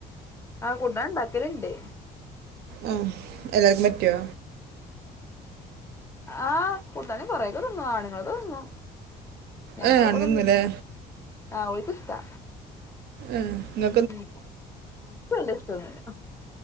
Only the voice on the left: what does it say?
ആ കൂടാണ്ടാക്കല് ണ്ട്.
ആഹ കുണ്ടന്കൊറേക്കതിന്നും ആണുങ്ങളൊക്കെതിന്നു. ഞങ്ങള്
കൊറെ തിന്ന്ആഹ ഓൽക്ക്ഷ്ടാ.
ഉംഹ് ൻക് വെല്യ ഷ്ടന്നുംല്ല